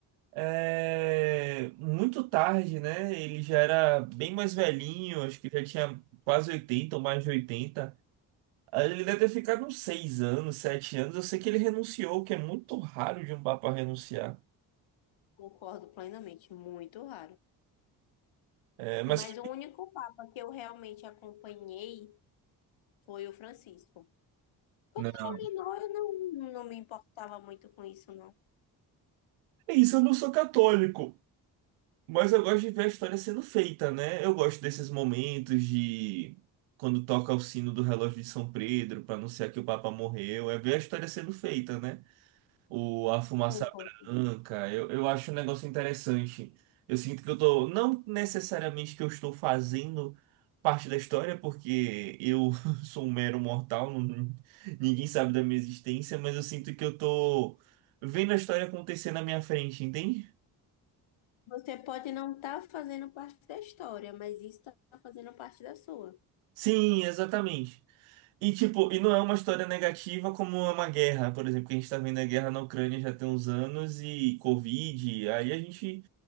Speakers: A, on the right; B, on the left.
A: eh, muito tarde, né? Ele já era bem mais velhinho, acho que já tinha quase 80 ou mais de oitenta Ele deve ter ficado uns 6 anos, 7 anos. Eu sei que ele renunciou, o que é muito raro de um Papa renunciar.
B: Concordo plenamente, muito raro.
A: Eh, mas
B: Mas o
A: que-
B: único papa que eu realmente acompanhei foi o Francisco. Quando
A: Não.
B: eu era menor, eu não, não me importava muito com isso, não.
A: é isso, eu não sou católico, mas eu gosto de ver a história sendo feita, né? Eu gosto desses momentos de quando toca o sino do relógio de São Pedro para anunciar que o Papa morreu, é ver a história sendo feita, né? o, a fumaça
B: Concordo.
A: branca. Eu, eu acho um negócio interessante. Eu sinto que eu tô, não necessariamente que eu estou fazendo parte da história, porque eu <laughs> sou um mero mortal, não- ninguém sabe da minha existência, mas eu sinto que eu tô vendo a história acontecer na minha frente, entende?
B: Você pode não estar fazendo parte da história, mas isso está fazendo parte da sua.
A: Sim, exatamente. E tipo, e não é uma história negativa como é uma guerra, por exemplo, que a gente tá vendo a guerra na Ucrânia já tem uns anos e Covid, aí a gente